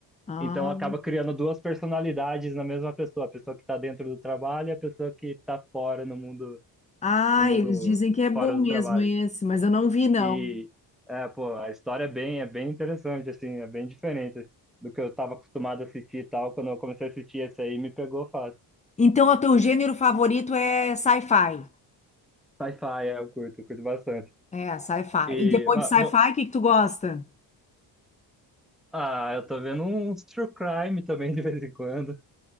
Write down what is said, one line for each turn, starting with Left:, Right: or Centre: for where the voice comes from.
Left: Ah,
Centre: Então acaba criando duas personalidades na mesma pessoa, a pessoa que tá dentro do trabalho e a pessoa que tá fora no mundo,
Left: ah,
Centre: no mundo
Left: eles dizem que é bom
Centre: fora do
Left: mesmo
Centre: trabalho.
Left: esse, mas eu não vi, não.
Centre: E é, pô, a história é bem, é bem interessante, assim, é bem diferente do que eu tava acostumado a assistir e tal. Quando eu comecei a assistir esse aí, me pegou fácil.
Left: Então, o teu gênero favorito é sci-fi.
Centre: Sci-fi, é, eu curto, eu curto bastante.
Left: É, sci-fi.
Centre: E,
Left: E depois
Centre: ah,
Left: de sci-fi,
Centre: bom,
Left: o que que tu gosta?
Centre: ah, eu tô vendo uns true crime também de <laughs> vez em quando.